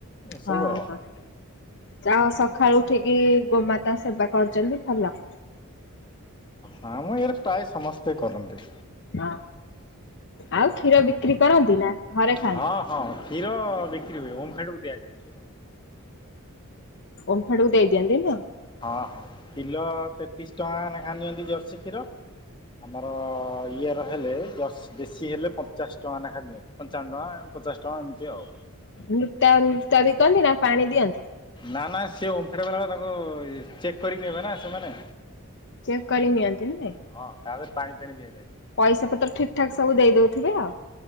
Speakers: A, on the left; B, on the left.
A: ଏସବୁ
B: ହଁ
A: ଆଉ
B: ହଁ ଯାହା ହଉ ସକାଳୁ ଉଠିକି ଗୋମାତା ସେବା କରୁଛନ୍ତି ଭଲ।
A: ହଁ ଇଆଡେ ପ୍ରାୟ ସମସ୍ତେ କରନ୍ତି।
B: ଓହୋ ଆଉ କ୍ଷୀର ବିକ୍ରି କରନ୍ତି ନା? ଘରେ ଖାଆନ୍ତି
A: ହଁ ହଁ କ୍ଷୀର ବିକ୍ରି ହୁଏ ଓମଫେଡକୁ ଦିଆଯାଏ କ୍ଷୀର।
B: ଓମ୍ଫେଡକୁ ଦେଇଦିଅନ୍ତି ନୁହଁ?
A: ହଁ ହଁ କିଲୋ ତେତିଶ ଟଙ୍କା ଲେଖା ନିଅନ୍ତି ଜର୍ସି କ୍ଷୀର। ଆମର ଇଏର ହେଲେ ଜର୍ସି ଦେଶୀ ହେଲେ ପଚାଶ ଟଙ୍କା ନେଖା ଦିଅନ୍ତି ପଞ୍ଚାବ ଟଙ୍କା ପଚାଶ ଟଙ୍କା ଏମିତି ଆଉ।
B: ନୃତା ନୃତା ବିକନ୍ତି ନା ପାଣି ଦିଅନ୍ତି?
A: ନା ନା ସେ ଓଫେଡବାଲା ତାଙ୍କୁ ଚେକ୍ କରିକି ନେବେ ନା ସେମାନେ।
B: ଚେକ୍ କରି ନିଅନ୍ତି ନୁହେଁ।
A: ହଁ ତାହାରେ ପାଣି ଫେଣି ଦିଆ ଯାଏନି।
B: ପଇସା ପତ୍ର ଠିକ ଠାକ ସବୁ ଦେଇଦଉଥିବେ ଆଉ?